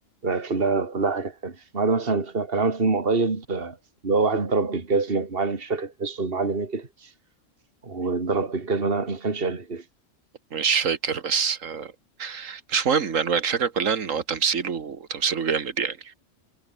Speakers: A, on the right; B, on the right.
A: آه، كلها كلها حاجات حلوة ما عدا مثلا في- كان عامل فيلم قريب آه، اللي هو واحد ضرب بالجزمة معلم مش فاكر كان اسمه المعلم إيه كده وضرب بالجزمة ده ما كانش قد كده
B: مش فاكر بس آه مش مهم يعني الفكره كلها ان هو تمثيله تمثيله جامد يعني